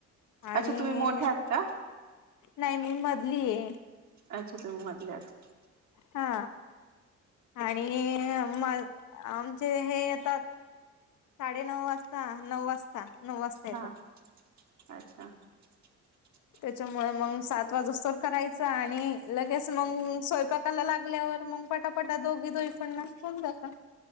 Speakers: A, on the left; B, on the right.
A: आणि
B: अच्छा तुम्ही मोठ्या आहात का?
A: नाही मी मधली आहे.
B: अच्छा तुम्ही मधल्या आहात.
A: हा आणि आमचे हे आता साडे नऊ वाजता. नऊ वाजता. नऊ वाजता येतात.
B: हा हा अच्छा <unintelligible>
A: त्याच्यामुळे मग सात वाजूस तोवर करायच. आणि लगेच मग स्वयंपाकाला लागल्यावर मग पटापटा दोघी दोघी पण मग होऊन जात.